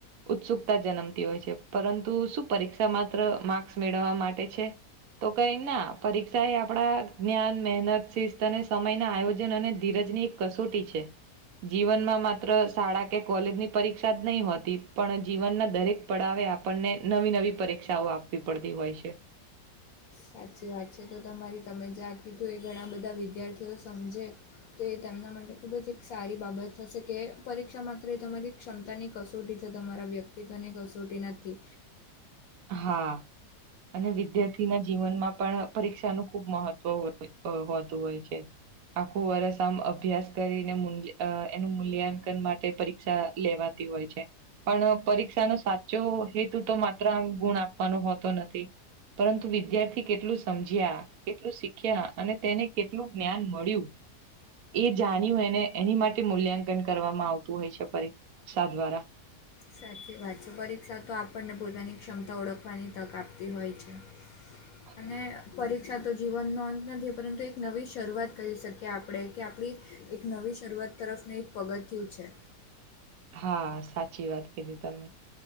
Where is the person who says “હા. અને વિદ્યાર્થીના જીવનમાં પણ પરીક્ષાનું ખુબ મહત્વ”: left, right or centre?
Right